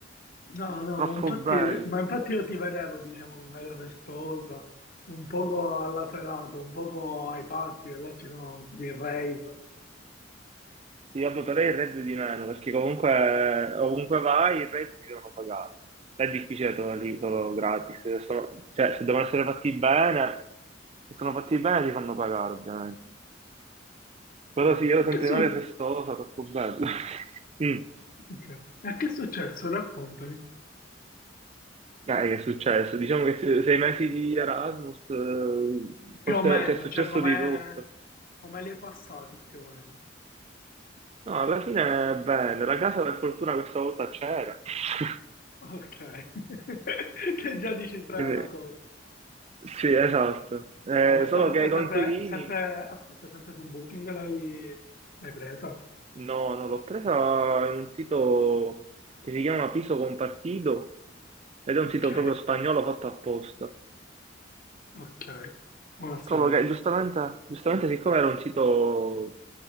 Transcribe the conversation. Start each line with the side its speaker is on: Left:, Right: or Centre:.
Left: No, no,
Right: Troppo
Left: ma infatti,
Right: bello.
Left: ma infatti io ti vedevo, diciamo, in aria festosa, un poco alla serata, un poco ai party, e là ci sono tipo i rave.
Right: Sì, vabbè, però il reddito di meno, perché comunque eh, ovunque vai i redditi devono pagare. Cioè, È difficile trovarli solo gratis. Se sono- cioè, se devono essere fatti bene, se sono fatti bene ti fanno pagare, ovviamente. Però
Left: Cioè,
Right: sì, io
Left: e
Right: sono
Left: che,
Right: sempre
Left: su-
Right: in aria festosa, troppo bello. <laughs> Mm.
Left: cioè, e che è successo? Raccontami.
Right: Dai, che è successo? Diciamo che se- sei mesi di Erasmus, eh,
Left: Più
Right: forse
Left: o meno,
Right: c'è successo
Left: cioè, come,
Right: di tutto.
Left: come li hai passati, più o meno.
Right: No, alla fine è bene. La casa per fortuna questa volta c'era. <laughs>
Left: Ok. <laughs> Che già dici bene
Right: Quindi-
Left: una cosa.
Right: sì, esatto. Eh,
Left: Ma questa
Right: solo
Left: volta
Right: che i
Left: sempre,
Right: Conquirini,
Left: sempre, aspetta, sempre su Booking l'hai l'hai presa?
Right: no, no, l'ho presa in un sito che si chiama Piso Compartido ed è un
Left: Ok,
Right: sito proprio spagnolo fatto apposta.
Left: ok. Buona a sapersi.
Right: Trovo che giustamente, giustamente, siccome era un sito